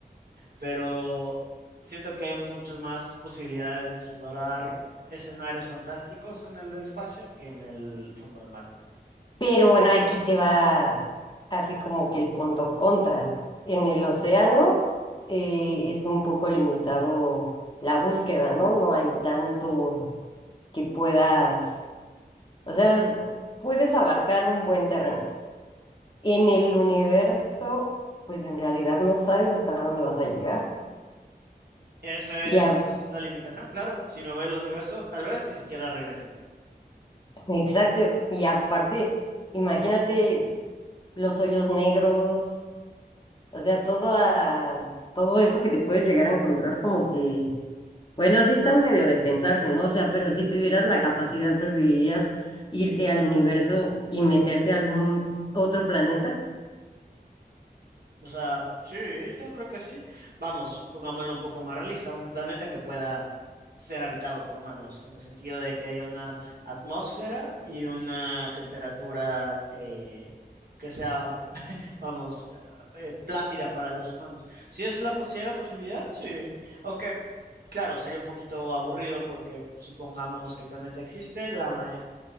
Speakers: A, on the right (about 70°); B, on the left (about 30°).
A: pero siento que hay muchas más posibilidades de explorar escenarios fantásticos en el espacio que en el fondo del mar.
B: Pero bueno, aquí te va así como que el punto contra. En el océano eh, es un poco limitado la búsqueda, ¿no? No hay tanto que puedas, o sea, puedes abarcar un buen terreno. En el universo, pues en realidad no sabes hasta dónde vas a llegar.
A: Esa
B: Y
A: es
B: a-
A: la limitación, claro. Si me voy al universo, tal vez ni siquiera regrese.
B: exacto, y aparte, imagínate los hoyos negros O sea, todo, a- todo eso que te puedes llegar a encontrar como que, bueno, sí está medio de pensarse, ¿no? O sea, pero si tuvieras la capacidad, ¿preferirías irte al universo y meterte a algún otro planeta?
A: O sea, sí, yo creo que sí. Vamos, pongámoslo un poco más realista, un planeta que pueda ser habitado por humanos, en el sentido de que haya una atmósfera y una temperatura eh, que sea, vamos, eh, eh, plácida para los humanos. Si es la, pos- si hay la posibilidad, sí. Aunque Claro, sería un poquito aburrido porque supongamos que el planeta existe, la, ma-